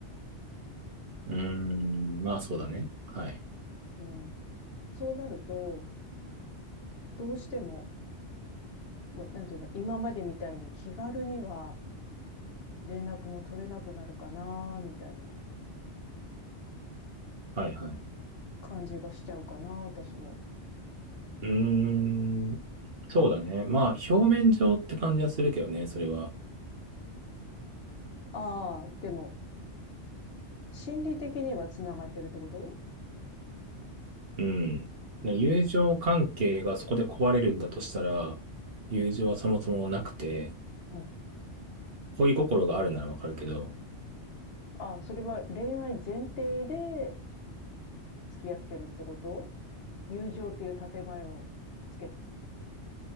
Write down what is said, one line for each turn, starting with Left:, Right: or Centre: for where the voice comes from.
Right: うーん。まあ、そうだね。はい。
Left: うん。そうなると、どうしても、もうなんていうの、今までみたいに気軽には連絡も取れなくなるかな、みたいな
Right: はい、はい。
Left: 感じがしちゃうかな、私は。
Right: うーん。そうだね。まあ、表面上って感じはするけどね、それは。
Left: ああ、でも、心理的には繋がってるってこと
Right: うん。ね友情関係がそこで壊れるんだとしたら、友情はそもそもなくて、
Left: うん。
Right: 恋心があるならわかるけど、
Left: ああ、それは恋愛前提で付き合ってるってこと友情っていう建前をつけて。